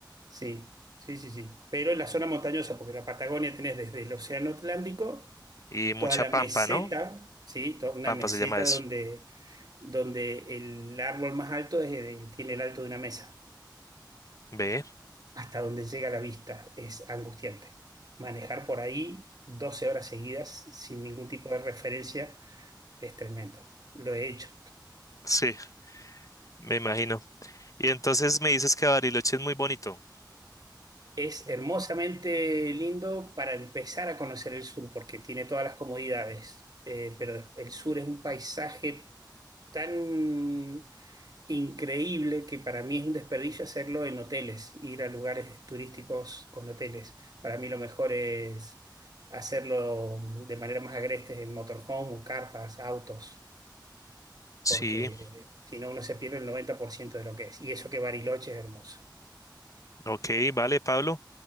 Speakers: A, on the right; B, on the left.
A: Sí, sí, sí, sí. Pero en la zona montañosa, porque la Patagonia tenés desde el Océano Atlántico,
B: Y mucha
A: toda la
B: pampa,
A: meseta,
B: ¿no?
A: ¿sí? Toda una
B: Pampa
A: meseta
B: se llama eso.
A: donde, donde el árbol más alto es de- tiene el alto de una mesa,
B: Ve,
A: hasta donde llega la vista. Es angustiante. Manejar por ahí 12 horas seguidas sin ningún tipo de referencia es tremendo. Lo he hecho.
B: sí, me imagino. Y entonces me dices que Bariloche es muy bonito.
A: Es hermosamente lindo para empezar a conocer el sur, porque tiene todas las comodidades, eh, pero el sur es un paisaje tan increíble que para mí es un desperdicio hacerlo en hoteles, ir a lugares turísticos con hoteles. Para mí lo mejor es hacerlo de manera más agreste en motorhome o carpas, autos,
B: Sí,
A: porque si no uno se pierde el 90% de lo que es. Y eso que Bariloche es hermoso.
B: ok, vale, Pablo.